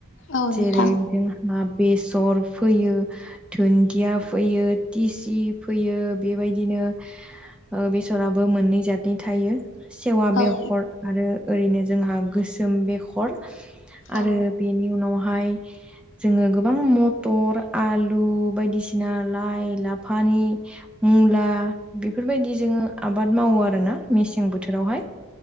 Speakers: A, on the left (about 55°); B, in the centre.
A: औ
B: जेरै
A: नोंथां
B: जोंहा बेसर फोयो दुन्दिया फोयो टिसि फोयो बेबायदिनो, ओ बेसराबो मोननै जादनि थायो। सेवा
A: औ
B: बेखर आरो ओरैनो जोंहा गोसोम बेखर, आरो
A: औ
B: बेनि उनावहाय जोङो गोबां मद टर आलु बायदिसिना लाइ लाफानि मुला बेफोर बेफोरबायदि जोङो आबाद मावो आरोना मेसें बोथोरावहाय